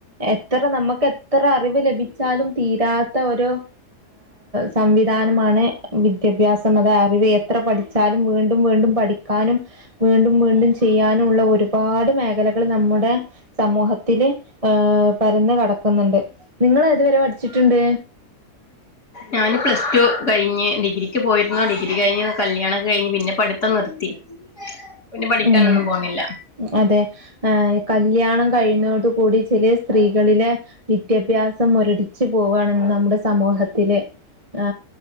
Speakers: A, on the right; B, on the left.
A: എത്ര നമുക്ക് എത്ര അറിവ് ലഭിച്ചാലും തീരാത്ത ഒരു സംവിധാനമാണ് വിദ് ദ്യാഭ്യാസം അത അറിവ് എത്ര പഠിച്ചാലും വീണ്ടും വീണ്ടും പഠിക്കാനും വീണ്ടും വീണ്ടും ചെയ്യാനുള്ള ഒരു ഒരുപാട് മേഖലകൾ നമ്മുടെ സമൂഹ ത്തില് പരന്നു കിടക്കുന്നുണ്ട് നിങ്ങൾ ഏതുവരെ പഠിച്ചിട്ടുണ്ട്
B: ഞാന് പ്ലസ് ടു കഴിഞ്ഞ് ഡിഗ്രിക്ക് പോയിരുന്നോ ഡിഗ്രി കഴിഞ്ഞ് കല്യാണ ഒക്കെ കഴിഞ്ഞ് പിന്നെ പഠിത്തം നിർത്തി പിന്നെ പഠിക്കാനൊന്നും
A: ഉം
B: പോണില്ല
A: അതെ ഏ കല്യാണം കഴുന്നതോട കൂടി ചില സ്ത്രീകളിലെ വിദ്യാഭ്യാസം ഒരടി ച്ച് പോവാണ്ന്ന് നമ്മുടെ സമൂഹത്തിലെ ആ